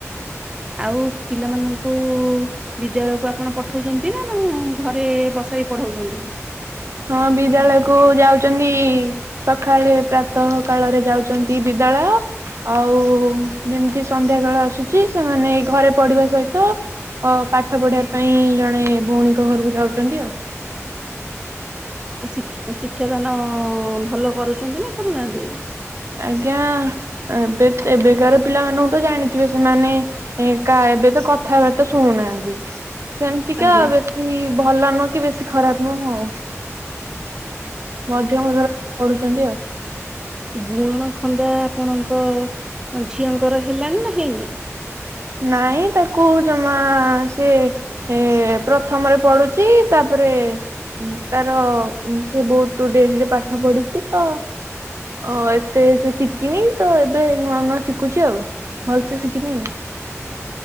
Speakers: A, on the right; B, on the right.
A: ଆଉ ପିଲାମାନଙ୍କୁ ବିଦ୍ୟାଳୟକୁ ଆପଣ ପଠଉଛନ୍ତି ନା ନା ଘରେ ବସେଇ ପଢାଉଛନ୍ତି?
B: ହଁ ବିଦ୍ୟାଳୟ କୁ ଯାଉଛନ୍ତି ସକାଳେ ପ୍ରାତ କାଳରେ ଯାଉଛନ୍ତି। ବିିଦ୍ୟାଳୟ ଆଉ ଯେମିତି ସନ୍ଧ୍ୟା କେଳ ଆସୁଛି ସେମାନେ ଘରେ ପଢିବା ସହିତ ଅ ପାଠ ପଢିବା ପାଇଁ ଜଣେ ଭଉଣୀଙ୍କ ଘରକୁ ଯାଉଛନ୍ତି ଆଉ।
A: ଶ ଶିକ୍ଷାଦାନ ଭଲ କରୁଛନ୍ତି ନା କରୁନାହାନ୍ତି।
B: ଆଜ୍ଞା ଏବେ ଏବେକାର ପିଲାମାନଙ୍କୁ ତ ଜାଣିଥିବେ ସେମାନେ କା ଏବେ ତ କଥା ହେବାର୍ତା ଶୁଣୁନାହାନ୍ତି। ସେମତିକା
A: ଆଜ୍ଞା
B: ବେଶୀ ଭଲ ନୁହଁ କି ବେଶୀ ଖରାପ ନୁହଁ ଆଉ। ମଧ୍ୟମ ଧରଣର ପଢୁଛନ୍ତି ଆଉ।
A: ଗୁଣନ ଖନ୍ଦା ଆପଣଙ୍କ ଝିଅଙ୍କର ହେଲାଣି ନା ହେଇନି।
B: ନାଇଁ ତାକୁ ଜମା ସେ ଏ ପ୍ରଥମରେ ପଡୁଛି ତା- ତାପରେ ତାର ସେ ବହୁତ ଡେରିରେ ପାଠ ପଢିଛିତ। ଓ ଏତେ ସେ ଶିଖିନି ତ ଏବେ ନୂଆ ନୂଆ ଶିଖୁଛି ଆଉ। ଭଲସେ ଶିଖିନି।